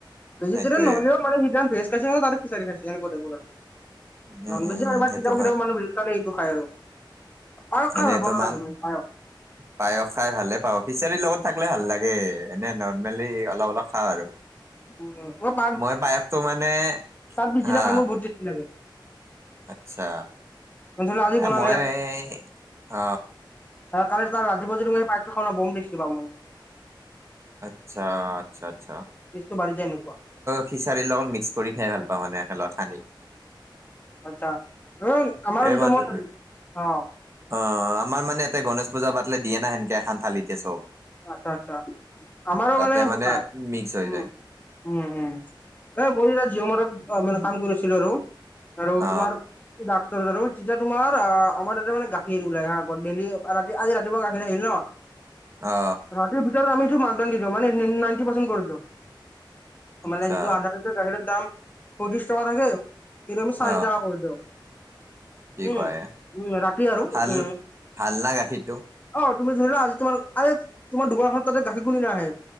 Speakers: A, on the left; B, on the right.
A: ভেজিটেৰিয়ান
B: সেইটোয়ে।
A: নহ'লেও মানে যি দিনা <unintelligible> খিচাৰী খাইছে এনেকুৱা টাইপৰ
B: উম,
A: <unintelligible>
B: উম, উম, সেইটো
A: খায়
B: হয়।
A: আৰু। পায়স খাই
B: এনেটো
A: ভাল পোৱা নে
B: মাং
A: নাই তুমি পায়স?
B: পায়স খাই ভালে পাওঁ, খিচাৰীৰ লগত থাকিলে ভাল লাগে, এনে নৰ্মেলি অলপ, অলপ খাওঁ আৰু।
A: <unintelligible>
B: মই পায়সটো মানে
A: পিছদিনা
B: হা
A: খাই মোৰ বহুত টেষ্টি লাগে।
B: আচ্ছা
A: ধৰি লোৱা আজি
B: এ,
A: বনালে
B: মইএ অ,
A: <unintelligible> বোম ট্ৰাষ্টে পাওঁ মই।
B: আচ্ছা, আচ্ছা, আচ্ছা।
A: টেষ্টটো বাঢ়ি যায় এনেকুৱা,
B: খিচাৰী লগত মিক্স কৰি খাই ভাল পাওঁ, একেলগ সানি।
A: আচ্ছা, আমাৰ
B: এই
A: যজ
B: মানে
A: ম অ,
B: অ, আমাৰ মানে এতে গণেশ পূজা পাতলে দিয়ে না, সেনকে এখন থালিতেই চ'ব।
A: আচ্ছা, আচ্ছা, আমাৰো
B: তাতে
A: মানে সোনা,
B: মিক্স হৈ
A: উম,
B: যায়
A: উম, উম। মই জিঅ, মদত মানে কাম কৰিছিলো আৰু, আৰু
B: অ
A: তোমাৰ <unintelligible> তেতিয়া তোমৰ আ, আমাৰ তাতে মানে গাখীৰ ওলাই আহ আ, ডেলি ৰাতি আজি ৰাতিপুৱা গাখীৰ আহিল ন
B: অ,
A: ৰাতি ভিতৰত আমি যটো <unintelligible> দি দিওঁ মানে নাইনটি পাৰ্চেন্ট কৰি কৰি দিও,
B: আচ্ছা
A: মানে যিটো আধা বাহিৰত দাম, পয়ত্ৰিশ টকা থাকে, কিন্তু আমি
B: অ
A: চাৰি টকা কৰি দিওঁ।
B: কি
A: উম,
B: কয়
A: উম, ৰাতি আৰু
B: ভাল
A: উম,
B: ভাল না গাখীৰটো
A: অ, তুমি ধুৰিলোৱা, আজি তোমাৰ আৰে তোমাৰ দোকানখনত তাতে গাখীৰ কুলি নাহে।